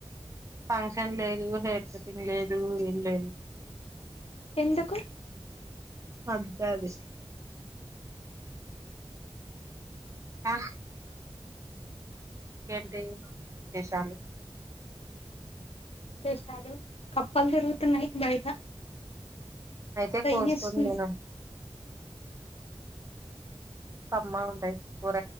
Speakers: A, on the right; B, on the left.
A: ఫంక్షన్ లేదు హెయిర్ కటింగ్ లేదు ఏం లేదు
B: ఎందుకు
A: అంతే అది ఆహ్ ఇంకేంటి విషాలు
B: విషాలు కప్పలు తిరుగుతున్నాయి బయట
A: అయితే
B: దయ్యేస్తుంది
A: కోసుకునీ తిను కమ్మగా ఉంటాయి కూర